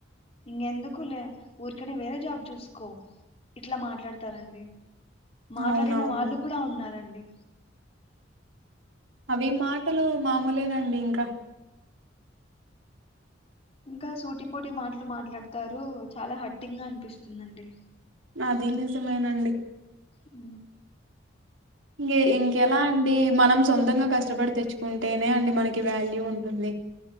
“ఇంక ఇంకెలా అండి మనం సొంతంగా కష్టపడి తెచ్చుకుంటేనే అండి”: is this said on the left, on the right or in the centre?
Right